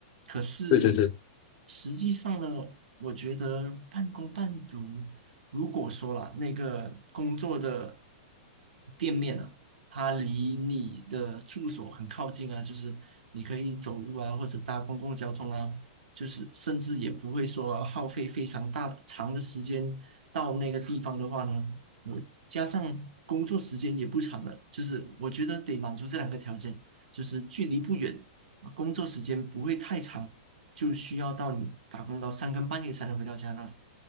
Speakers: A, on the right; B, on the left.
A: 可是
B: 对对对。
A: 实际上呢，我觉得半工半读，如果说啦，那个工作的店面啊，它离你的住所很靠近啊，就是你可以走路啊，或者搭公共交通啊，就是甚至也不会说耗费非常大长的时间到那个地方的话呢。我加上工作时间也不长了，就是我觉得得满足这两个条件，就是距离不远啊工作时间不会太长，就需要到你打工到三更半夜才能回到家那种。